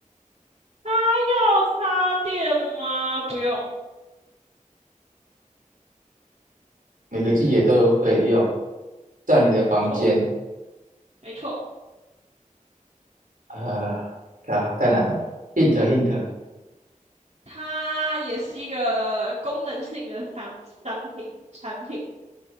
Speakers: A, on the right; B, on the right.
A: 它要插电吗？不用，
B: 每个季节都可以用。在你的房间，
A: 没错，没错。
B: 呃，啊，太难了。Hint hint，
A: 它也是一个功能性的产商品产品